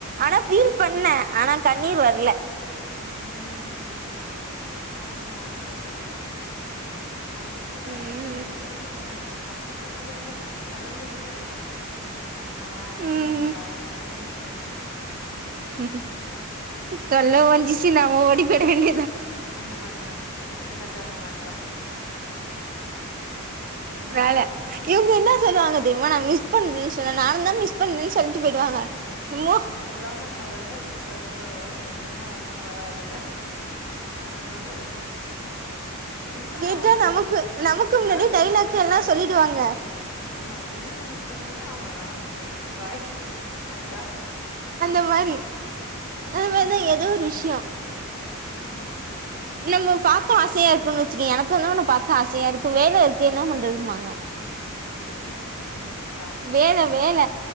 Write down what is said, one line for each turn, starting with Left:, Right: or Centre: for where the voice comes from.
Right: ஆனா ஃபீல் பண்ணே ஆனா கண்ணீர் வர்ல
Left: ஆ ஆ ஆ நா அழுவ கூட இல்ல அழுவுல
Right: ம்
Left: கண்ணுலேருந்து கண்ணே கசக்கக் கூட இல்ல கலங்கக் கூட இல்ல ஹாயா
Right: ம்
Left: அவ்ங்க ஜவகாலியா இருந்தாங்க
Right: ம் தொல்ல
Left: அ
Right: ஓஞ்சுச்சுன் நம்ம ஓடி போய்ற வேண்டியதா
Left: அந்த மாரி தா கிட்டத்தட்ட அந்த மாரித்தா அல்லா
Right: வேல
Left: அல்லா.
Right: இவ்ங்க என்ன சொல்லுவாங்க தெரிமா நா மிஸ் பண்ணேன் சொன்னா நானுந்தா மிஸ் பண்ணேன் சொல்ட்டு போயிடுவாங்க என்னமோ
Left: சொல்லாம இருந்தா தான வந்து சண்ட வரு சொன்னா ஒன்னு வராதுல அதனால சொன்னா
Right: கேட்டா
Left: ஓகே
Right: நமக்கு நமக்கு முன்னாடியே
Left: நானு
Right: டைலாக்
Left: மிஸ் பண்றே
Right: எல்லா சொல்லிடுவாங்க
Left: ஆமா நீங்களு மிஸ் பண்றீங்ளா ஆமா நானு ஓகே பாய் தாட்டா
Right: அந்த மாரி அது மாரிதா
Left: நான்
Right: எதோ ஒரு விஷ்யோ
Left: ம்
Right: நம்ம பாக்க ஆசையா இருக்குன் வச்சுக்கோயே எனக்குந் தா உன்ன பாக்க ஆசையா இருக்கு வேல இருக்கு என்ன பண்றதும்பாங்க
Left: என்னது மேலே இருக்கா
Right: வேல வேல